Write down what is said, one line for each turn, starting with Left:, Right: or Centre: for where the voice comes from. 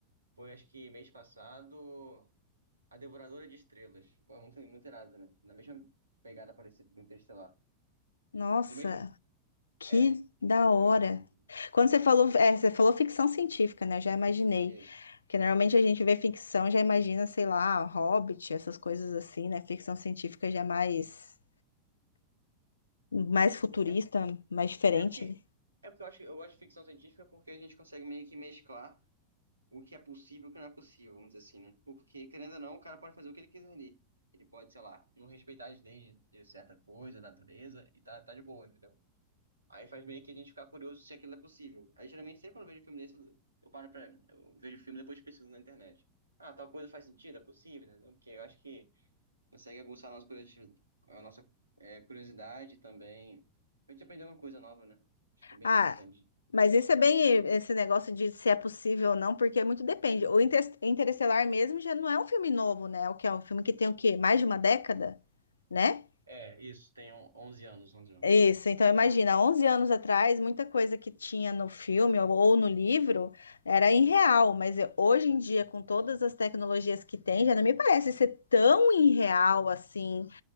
Right: Foi acho que mês passado. A Devoradora de Estrelas. Pô, é muito, muito irado também. Na mesma pegada parecida do Interestelar.
Left: Nossa,
Right: Do mesmo.
Left: que
Right: É,
Left: da hora.
Right: muito bom.
Left: Quando você falou, é, você falou ficção científica, né? Eu já imaginei.
Right: Isso.
Left: Porque normalmente a gente vê ficção, já imagina, sei lá, Hobbit, essas coisas assim, né? Ficção científica já é mais, mais futurista,
Right: É,
Left: mais diferente,
Right: é porque.
Left: né?
Right: É porque eu acho, eu gosto de ficção científica porque a gente consegue meio que mesclar o que é possível e o que não é possível, vamos dizer assim, né? Porque, querendo ou não, o cara pode fazer o que ele quiser ali. Ele pode, sei lá, não respeitar as leis de de certa coisa, natureza, e tá, tá de boa, entendeu? Aí faz meio que a gente ficar curioso se aquilo é possível. Aí geralmente sempre quando eu vejo filme desse, eu eu paro pra. Eu vejo o filme e depois pesquiso na internet. Ah, tal coisa faz sentido, é possível, né? Ok, eu acho que consegue aguçar a nossa curiosidade, a nossa, é, curiosidade também. A gente aprender uma coisa nova, né? Acho que é bem
Left: Ah,
Right: interessante.
Left: mas isso é bem esse negócio de se é possível ou não, porque muito depende. O Inter- Interestelar mesmo já não é um filme novo, né? O que é um filme que tem o quê? Mais de uma década, né?
Right: É, isso, tem on- 11 anos, 11 anos.
Left: Isso,
Right: já.
Left: então imagina, 11 anos atrás, muita coisa que tinha no filme ou ou no livro era irreal, mas eu- hoje em dia, com todas as tecnologias que tem, já não me parece ser tão irreal assim,